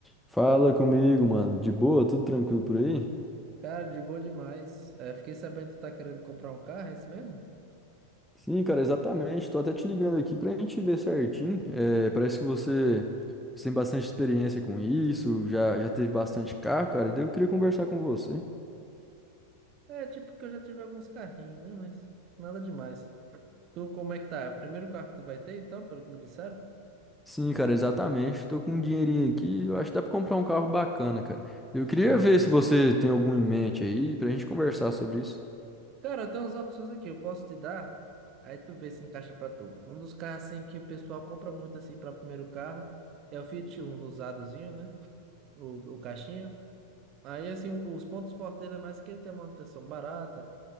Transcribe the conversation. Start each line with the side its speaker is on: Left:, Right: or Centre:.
Centre: Fala comigo, mano. De boa? Tudo tranquilo por aí?
Right: Cara, de boa demais. É, fiquei sabendo que tu tá querendo comprar um carro, é isso mesmo?
Centre: Sim, cara, exatamente. Tô até te ligando aqui pra gente ver certinho. É, parece que você você tem bastante experiência com isso, já, já teve bastante carro, cara. E daí eu queria conversar com você.
Right: É, tipo que eu já tive alguns carrinhos, né? Mas nada demais. Tu, como é que tá? É o Primeiro carro que tu vai ter, então, pelo que me disseram?
Centre: Sim, cara, exatamente. Tô com um dinheirinho aqui. Eu acho que dá pra comprar um carro bacana, cara. Eu queria
Right: Uhum.
Centre: ver se você tem algum em mente aí pra gente conversar sobre isso.
Right: Cara, tem umas opções aqui, eu posso te dar. Aí tu vê se encaixa pra tu. Um dos carros, assim, que o pessoal compra muito, assim, pra primeiro carro é o Fiat Uno, usadozinho, né? O, o caixinha. Aí, assim, o- os pontos fortes dele é mais que ele tem a manutenção barata.